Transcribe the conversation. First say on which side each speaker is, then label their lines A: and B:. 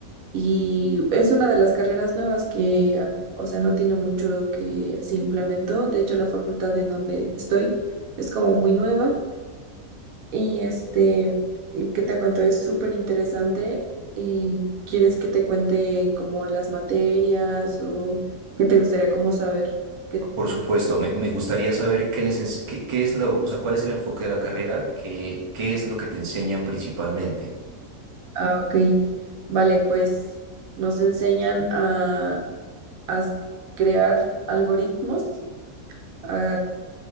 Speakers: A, on the right; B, on the right.
A: Y es una de las carreras nuevas que, a- o sea, no tiene mucho que se implementó. De hecho, la facultad en donde estoy es como muy nueva. Y este, y ¿qué te cuento? Es súper interesante. Y ¿quieres que te cuente como las materias o qué te gustaría como saber? ¿Qué-
B: Por supuesto, me, me gustaría saber qué les, ens- qué, qué es lo, o sea, cuál es el enfoque de la carrera, qué, qué es lo que te enseñan principalmente.
A: Ah, ok. Vale, pues nos enseñan a, a s- crear algoritmos a